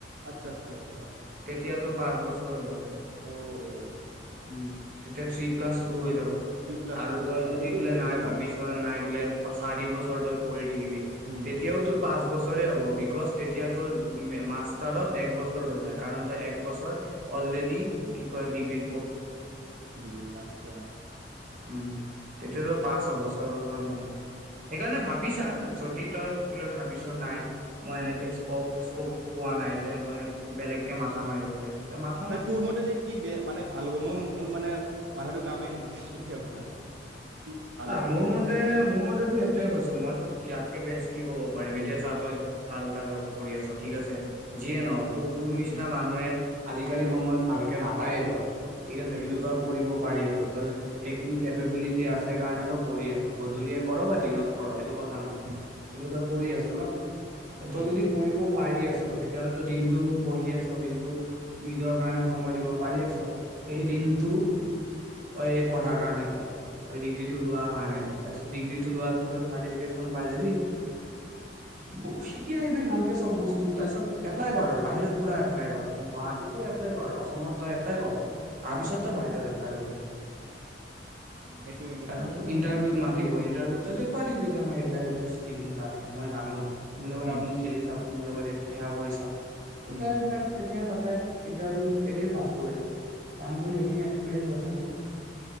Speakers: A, on the right; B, on the right.
A: আচ্ছ আচ্ছা আচ্চা
B: তেতিয়া তোৰ পাঁচ বছৰ হৈ যাব। উম
A: অঁ অঁ
B: তেতিয়া থ্ৰী প্লাছ টু হৈ যাব।
A: থ্ৰী প্লাছ
B: আৰু
A: টু আচ্ছা
B: তই যদি
A: সেইটো
B: বোলে
A: বেষ্ট
B: নাই ভাবিছ
A: হয়।
B: নে নাই বোলে
A: উম।
B: চাৰি বছৰ তই কৰি থাকিবি
A: উম,
B: তেতিয়াও তোৰ পাঁচ বছৰ হ বিকজ তেতিয়া তোৰ মাষ্টাৰত এক বছৰ হৈ যায়। কাৰণ ত এক বছৰ অলৰেডি কি কৰে ডিগ্ৰী
A: বুলিলি আচ্ছা।
B: উম তেতিয়াতো পাচ হব ছয় বছৰ নহয় সেইকাৰণে ভাবিছা যদি তই বোলে ভাবিছ নাই মই এনেকে স্কপ স্কপ পোৱা নাই এতিয়া মই বেলেগকে মাথা মাৰিব লাগিব। তে মাথা
A: নাই
B: মাৰ
A: তোৰ মতে দি কি বেয়া মানে ভাল হ'ব মই মোৰ মানে মাথাটো কামেই নিদিয়ে কেতিয়াবা কি ভাল
B: অ
A: হ'ব?
B: মোৰ মতে মোৰ মতেতো সেইটোৱে কৈছো মই তোক ইয়াতকে বেছ কি ক'ব পাৰিম এতিয়া চা তই ভাল এটা জব কৰি আছ ঠিক আছে
A: উম।
B: যিয়ে নহওক তোৰ তোৰ নিচিনা
A: উম,
B: মানুহে আজিকালি সময়ত ভালকে নাপায়েই যব। ঠিক আছে
A: উম,
B: কিন্তু তই কৰিব পাৰি আছ সেইখিনি কেপবিলিটি আছে সেইকাৰণেতটো কৰি আছ গধূলিয়ে কৰ বা দিনত কৰ কথা নহয়
A: উম,
B: কিন্তু তই কৰি আছ ন
A: উম,
B: তই
A: উম,
B: যদি কৰিব পাৰি আছ তেতিয়াহলে ত দিনটো বহি আছ দিনটো নিজৰ কাৰণে সময় দিব পাৰি আছ সেই
A: উম।
B: দিনটো
A: উম,
B: এই পঢ়াৰ কাৰনটে এতিয়া তই ডিগ্ৰী টো লোৱা কাৰণে ডিগ্ৰী টো লোৱাৰ পিছত চাৰ্টিফিকেটখন পাই যাবি তাৰ পাছত শিকি আহিবি তাৰ পিছত এপ্লাই কৰ পুৰা এপ্লাই কৰ গুৱাহাটীটো এপ্লাই কৰ তাৰ
A: উম
B: পিছত তই বাহিৰত এপ্লাই কৰ
A: সেইটো কিন্তু
B: তাৰপিছতোক
A: ভাল হ'ব মোৰ
B: ইটাৰভিউত
A: কাৰণে।
B: মাতি ইটাৰভিউত ত দেখুৱাই দিবি যা এইবিলাক এইবিলাক স্কিল মোৰ আছে মই জানো মোৰ লগ
A: উম,
B: আপনি খেলি চাওক মোৰ লগত সেৱা কৰি চাবকতিয়া
A: উম,
B: তাতে ইাৰউ এনে পাছোৰ সখিন এক্সিৰিয়ে ন